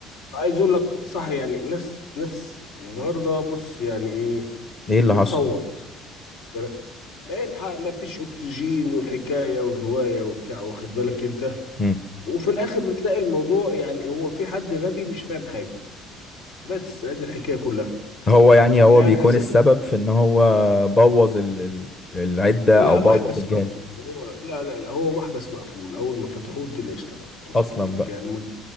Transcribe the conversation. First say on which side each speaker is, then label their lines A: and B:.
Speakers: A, on the left; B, on the left.
A: عايز اقول لك صح يعني ناس ناس النهارده بص يعني ايه
B: ايه اللي
A: بتصوت
B: حصل
A: واخد بالك ايه الحق ما فيش اكسجين والحكايه والروايه وبتاع واخد بالك انت
B: امم
A: وفي الاخر بتلاقي الموضوع يعني هو في حد غبي مش فاهم حاجه بس ادي الحكايه كلها
B: هو يعني هو
A: يعني
B: بيكون
A: اساس
B: السبب في ان هو بوظ ال... ال- العده
A: لا
B: او بوظ
A: محبس
B: الجهاز
A: مقفول هو لا لا لا هو محبس مقفول اول ما فتحوه الدنيا اشتغلت واخد
B: اصلا
A: بالك
B: بقى
A: يعني مد...